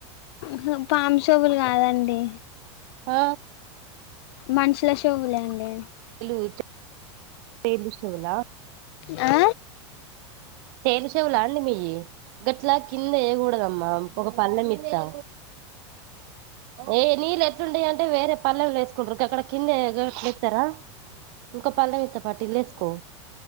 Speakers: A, on the left; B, on the right.
A: అహ, పాము చెవులు గాదండి.
B: ఆ
A: మనుషుల షెవ్వులే అండి
B: ఈ చె తేవిషెవ్లా
A: ఆ
B: తేవి షెవులాండి మీయి గట్లా కింద ఎయాగుడదమ్మా ఒక పళ్ళెం ఇత్తా ఏ నీళ్ళు ఎట్లుంటాయి అంటే వేరే పళ్లెంల ఎస్కుంట్రు గక్కడ కిందే గా ట్లేతరా ఇంకో పల్లం ఇత్తపాటు ఇల్లు ఎస్కో